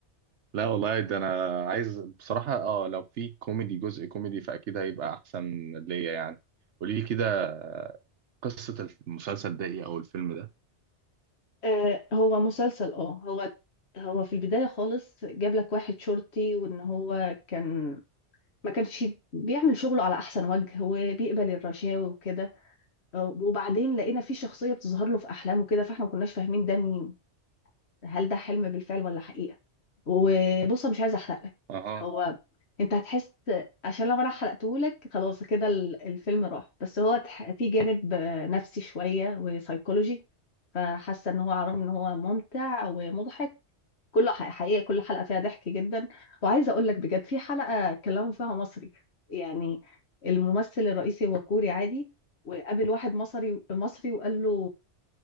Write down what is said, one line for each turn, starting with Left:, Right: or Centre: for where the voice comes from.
Right: لا والله ده انا عايز بصراحة اه لو في كوميدي جزء كوميدي فاكيد هيبقى احسن ليا يعني قولي لي كده قصة المسلسل ده ايه او الفيلم ده
Left: آه هو مسلسل اه هو هو في البداية خالص جاب لك واحد شرطي وان هو كان ما كانش بيعمل شغله على احسن وجه وبيقبل الرشاوي وكده آه، وبعدين لقينا في شخصية بتظهر له في احلامه كده فاحنا ما كناش فاهمين ده مين هل ده حلم بالفعل ولا حقيقة وبص أنا مش عايزة احرق لك
Right: اها
Left: هو انت هتحس عشان لو انا حرقتهولك خلاص كده ال- الفيلم راح بس هو تح- في جانب آه، نفسي شوية وسايكولوجي فحاسة ان هو على الرغم ان هو ممتع ومضحك كله ح- حقيقة كل حلقة فيها ضحك جدا وعايزة اقول لك بجد في حلقة كلموا فيها مصري يعني الممثل الرئيسي هو كوري عادي وقابل واحد مصري مصري وقال له